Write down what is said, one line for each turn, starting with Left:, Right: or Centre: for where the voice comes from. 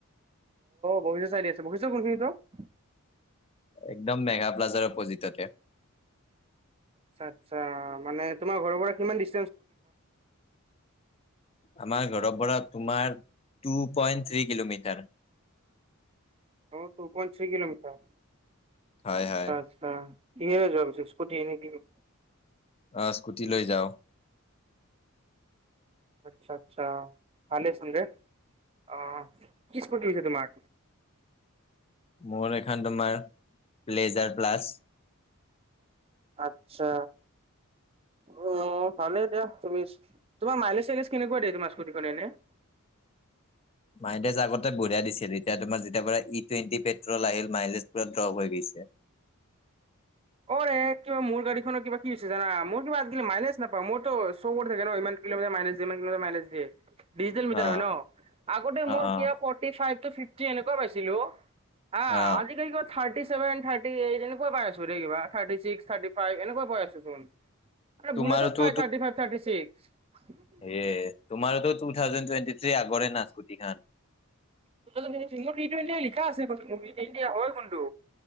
Right: বখিষ্ট চাৰিআলিত আছে, বখিষ্টত কোন খিনিত অ?
Left: একদম মেগা প্লজাৰ অপ'জিটতে,
Right: আচ্ছা' আচ্ছা' মানে তোমাৰ ঘৰৰ পৰা কিমান দি-
Left: আমাৰ ঘৰৰ পৰা তোমাৰ তু- পইণ্ট, থ্ৰী কিলোমিটাৰ।
Right: অ' টু পইণ্ট থ্ৰী কলোমিটাৰ,
Left: হয়
Right: আচ্ছা,
Left: হয়
Right: আচ্ছা। কিহেৰে যোৱা পিছে? স্কুট নে কিৰে?
Left: আহ, স্কুটি লৈ যাও।
Right: আচ্ছা, আচ্ছা <unintelligible> আহ, কি স্কুটি আছে তোমাৰ?
Left: মোৰ এখান তোমাৰ, প্লেজাৰ প্লাছ।
Right: আত্ছা! অ' ভালে দিয়া তুমি, তোমাৰ মাইলেজ-চাইলেজ কেনেকুৱা দিয়ে তোমাৰ স্কুটখনে এনে? <inaudible>
Left: মাইলেজ আগতে বঢ়িয়া দিছিল, এতিয়া তোমাৰ যেতিয়া পৰা ই টুৱেণ্টি পেট্ৰল আহিল মাইলেজ পুৰা ড্ৰপ হৈ গৈছে। <inaudible>
Right: <inaudible> অ'ৰে কিবা মোৰ গাড়ীখনৰ কিবা কি হৈছে জানা? মোৰ কিবা আজিকালি মাইলেজ নাপাওঁ, মোৰতো চ' কৰি থাকে ন ইমান- কিলোমিটাৰ মাইলেজ দিয়ে, ইমান কিলোমিটাৰ মাইলেজ দিয়ে। ডিজেল মিটাৰ
Left: অ
Right: হয় ন? আগতে
Left: অ
Right: মৰ
Left: অ
Right: কিবা ফৰ্টী ফাইভ টু ফিফটি এনেকোৱা পাইছিলোঁ। আ,
Left: অ
Right: আজি কালি ত' থাৰ্টিছেভেন, থাৰ্টি এইট এনেকুৱা পাই আ- কিবা থাৰ্তি ছিক্স, থাৰ্তিফাইভ এনেকোৱা পাই আছোঁ ছোঁন।
Left: তোমাৰোতো
Right: বুলেটত, পাই থাৰ্টি ফাইভ, থাৰ্টি ছিক্স।
Left: হে তোমাৰোতো টু থাউজেণ্ড টুৱেণ্টি থ্ৰীৰ আগৰে না স্কুটিখান?
Right: <unintelligible> লিখা আছে, <unintelligible> হয় কোনটো?